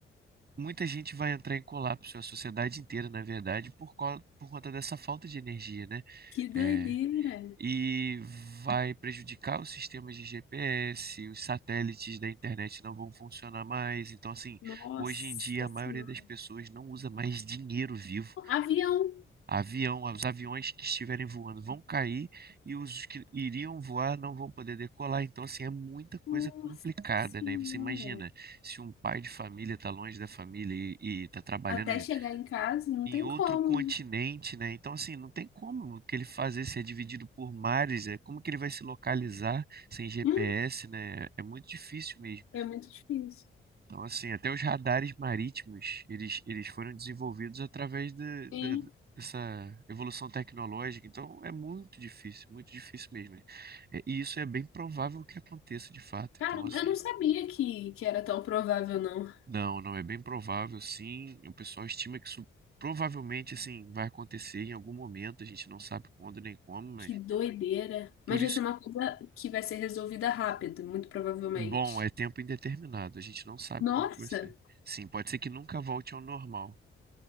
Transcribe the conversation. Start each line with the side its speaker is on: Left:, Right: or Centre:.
Right: muita gente vai entrar em colapso, a sociedade inteira, na verdade, por, co- por conta dessa falta de energia, né?
Left: que
Right: É,
Left: doideira!
Right: e vai prejudicar os sistemas de GPS, os satélites da internet não vão funcionar mais. Então, assim,
Left: Nossa
Right: hoje em dia a maioria
Left: Senhora.
Right: das pessoas não usa mais dinheiro vivo.
Left: Avião.
Right: Avião, os aviões que estiverem voando vão cair e os que iriam voar não vão poder decolar. Então, assim, é muita coisa
Left: Nossa
Right: complicada,
Left: Senhora.
Right: né? E Você imagina, se um pai de família está longe da família e está trabalhando
Left: Até
Right: em,
Left: chegar em casa, não
Right: em
Left: tem
Right: outro
Left: como.
Right: continente,
Left: né?
Right: né? Então, assim, não tem como o que ele fazer se é dividido por mares, é como que ele vai se localizar sem GPS,
Left: Hum,
Right: né? É muito difícil mesmo.
Left: é muito difícil.
Right: Então, assim, até os radares marítimos, eles, eles foram desenvolvidos através de- de-
Left: Sim.
Right: dessa evolução tecnológica. Então, é muito difícil, muito difícil mesmo. né? É, e isso é bem provável que aconteça de fato.
Left: Caramba,
Right: Então, assim,
Left: eu não sabia que, que era tão provável, não.
Right: não, não é bem provável, sim. O pessoal estima que isso provavelmente, assim, vai acontecer em algum momento. A gente não sabe quando nem como, mas
Left: Que doideira.
Right: por
Left: Mas
Right: isso,
Left: vai ser uma coisa que vai ser resolvida rápido, muito provavelmente.
Right: bom, é tempo indeterminado. A gente não sabe
Left: Nossa,
Right: como que vai ser. Sim, pode ser que nunca volte ao normal.